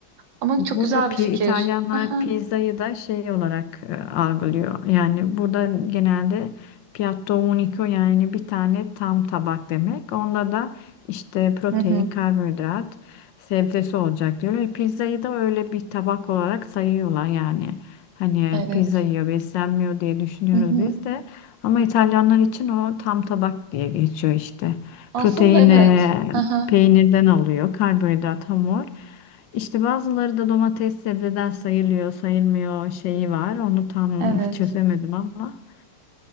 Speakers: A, on the right; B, on the left.
A: ama çok
B: Burada
A: güzel
B: pi-
A: bir fikir.
B: İtalyanlar
A: Aha.
B: pizzayı da şey olarak e, algılıyor. Yani burada genelde piatto unico yani bir tane tam tabak demek. Onda da işte protein,
A: Hı hı.
B: karbonhidrat, sebzesi olacak diyorlar. E, Pizzayı da öyle bir tabak olarak sayıyorlar yani. Hani
A: Evet.
B: pizza yiyor, beslenmiyor diye düşünüyoruz
A: Hı hı.
B: biz de. Ama İtalyanlar için o tam tabak diye geçiyor işte.
A: Aslında
B: Proteini
A: evet.
B: e,
A: Aha.
B: peynirden alıyor, karbonhidrat, hamur. İşte bazıları da domates sebzeden sayılıyor, sayılmıyor şeyi var. Onu tam
A: Evet.
B: <laughs> çözemedim ama